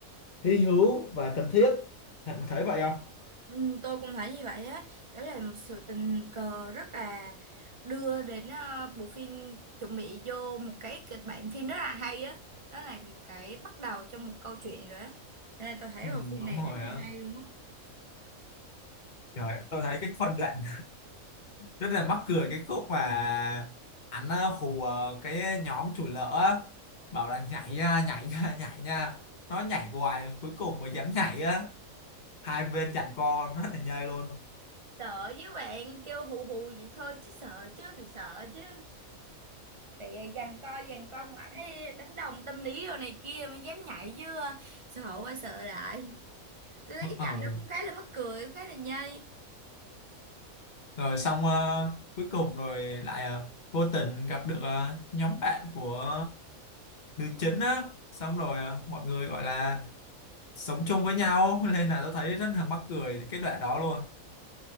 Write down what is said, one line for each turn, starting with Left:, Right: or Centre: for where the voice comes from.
Left: hy hữu và cần thiết bạn có thấy vậy không
Right: ừ, tôi cũng thấy như vậy á đó là một sự tình cờ rất là đưa đến ờ, bộ phim chuẩn bị vô một cái kịch bản phim rất là hay á đó là cái bắt đầu cho một câu chuyện rồi á nên là tôi thấy
Left: Ừ,
Right: bộ phim
Left: đúng
Right: này rất
Left: rồi
Right: là
Left: á.
Right: hay luôn á
Left: Trời, tôi thấy cái phân đoạn rất là mắc cười cái khúc mà anh ờ, hù ờ, cái nhóm chủ lỡ á, bảo là nhảy nha nhảy nha <laughs> nhảy nha nó nhảy hoài cuối cùng mới dám nhảy á hai bên giằng co <laughs> rất là nhây luôn
Right: Sợ với bạn kêu hù hù vậy thôi chứ sợ chứ mình sợ chứ. thì giằng co giằng co mãi Ê, đánh đồng tâm lý rồi này kia mới dám nhảy chứ ờ, sợ qua sợ lại tôi thấy cái
Left: ờ
Right: cảnh đó cũng khá là mắc cười cũng khá là nhây
Left: rồi xong ờ, cuối cùng rồi lại ờ, vô tình gặp được ờ, nhóm bạn của nữ chính á xong rồi ờ, mọi người gọi là sống chung với nhau <laughs> nên là tôi thấy rất là mắc cười cái đoạn đó luôn